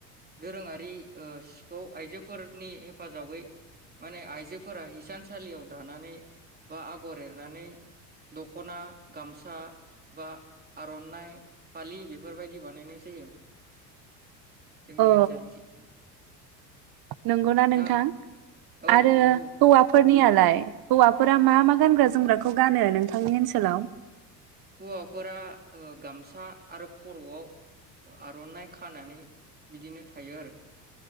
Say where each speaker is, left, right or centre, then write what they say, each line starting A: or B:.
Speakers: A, on the right; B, on the right.
A: दोरोङारि ओ सिखौ आइजोफोरनि हेफाजाबै माने आइजोफोरा हिसानसालियाव दानानै बा आगर एरनानै दख'ना गामसा बा आर'नाइ फालि बेफोरबायदि बानायनाय जायो। जोंनि
B: औ
A: ओनसोलथिं
B: नंगौना
A: दा
B: नोंथां
A: औ
B: आरो
A: नंगौ
B: हौवाफोरनियालाय हौवा फोरा मा मा गानग्रा जोमग्राखौ गानो नोंथांनि ओनसोलाव
A: हौवाफोरा गामसा आरो खर'आव आर'नाइ खानानै बिदिनो थायो आरो